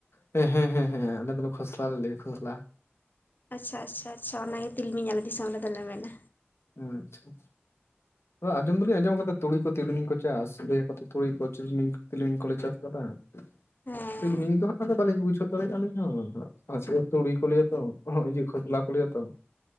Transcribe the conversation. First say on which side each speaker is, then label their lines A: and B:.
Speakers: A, on the left (about 85°); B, on the left (about 50°).
A: ᱦᱮᱸ ᱦᱮᱸ ᱦᱮᱸ <unintelligible> ᱠᱷᱚᱥᱞᱟ ᱞᱮ ᱞᱟᱹᱭ ᱠᱷᱚᱥᱞᱟ᱾
B: ᱟᱪᱪᱷᱟ ᱟᱪᱪᱷᱟ ᱟᱪᱪᱷᱟ ᱚᱱᱟ ᱜᱮ ᱛᱤᱞᱢᱤᱧ ᱟᱞᱮ ᱫᱤᱥᱚᱢ ᱨᱮᱫᱚᱞᱮ ᱢᱮᱱᱟ᱾
A: ᱦᱮᱸ ᱟᱪᱪᱷᱟ ᱟᱪᱪᱷᱟ᱾ ᱟᱸᱡᱚᱢ ᱫᱚᱞᱤᱧ ᱟᱸᱡᱚᱢ ᱟᱠᱟᱫᱟ ᱛᱩᱲᱤ ᱠᱚ ᱛᱤᱞᱢᱤ ᱠᱚ ᱪᱟᱥ, ᱞᱟᱹᱭ ᱟᱠᱚ ᱛᱚ ᱛᱩᱲᱤ ᱠᱚ ᱪᱤᱞᱢᱤᱧ ᱛᱤᱞᱢᱤᱧ ᱠᱚᱞᱮ ᱪᱟᱥ ᱠᱟᱫᱟ᱾
B: ᱦᱮᱸ
A: ᱟᱫᱚ ᱛᱤᱞᱢᱤᱧ ᱫᱚ ᱦᱟᱸᱜ ᱚᱱᱟᱫᱚ ᱵᱟᱹᱞᱤᱧ ᱵᱩᱡᱷᱟᱹᱣ ᱫᱟᱲᱮᱭᱟᱜ-ᱟ ᱟᱹᱞᱤᱧ ᱦᱚᱸ <inaudible> ᱛᱩᱲᱤ ᱠᱚ ᱞᱟᱹᱭᱟ ᱛᱚ <unintelligible> ᱤᱭᱟᱹ ᱠᱷᱚᱥᱞᱟ ᱠᱚ ᱞᱟᱹᱭᱟ ᱛᱚ᱾